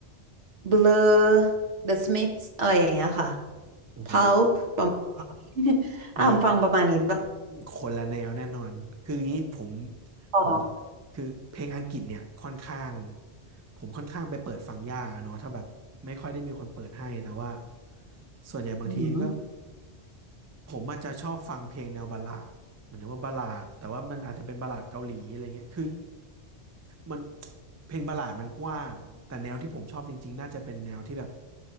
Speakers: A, on the right (about 80°); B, on the right (about 25°).
A: Blur The Smiths อะไรอย่างเงี้ยค่ะ
B: โอ้โห
A: Pulp ประมาณ <laughs> อ่ามฟังประมาณนี้บ้าง
B: มีคนละแนวแน่นอนคืออย่างนี้ผม
A: อ๋อ
B: ผมคือเพลงอังกฤษเนี่ยค่อนข้างผมค่อนข้างไปเปิดฟังยากอะเนาะถ้าแบบไม่ค่อยได้มีคนเปิดให้แต่ว่าส่วนใหญ่บางทีก็
A: อือหือ
B: ผมอาจจะชอบฟังเพลงแนวบัลลาดหมายถึงว่าบัลลาดแต่ว่ามันอาจจะเป็นบัลลาดเกาหลีอะไรเงี้ยคือมันเพลงบัลลาดมันกว้างแต่แนวที่ผมชอบจริงๆน่าจะเป็นแนวที่แบบ